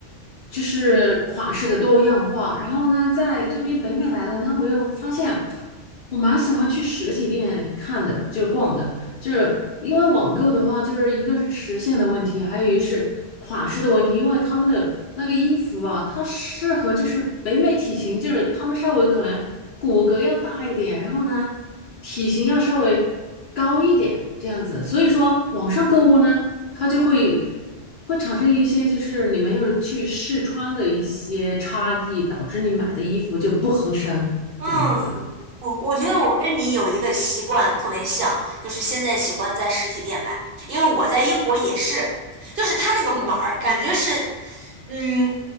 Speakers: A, on the left; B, on the right.
A: 就是款式的多样化。然后呢，在这边北美来的呢，
B: 嗯
A: 我又发现我蛮喜欢去实体店看的，就是逛的，就是因为网购的话，就是一个是时限的问题，还有一是款式的问题，因为他们的。那个衣服啊，它适合就是北美体型，就是他们稍微可能骨骼要大一点，然后呢，体型要稍微高一点这样子。所以说，网上购物呢，它就会会产生一些就是你没有去试穿的一些差异，导致你买的衣服就不合身这样子。
B: 嗯。我我觉得我跟你有一个习惯特别像，就是现在喜欢在实体店买，因为我在英国也是，就是他那个码儿感觉是，嗯，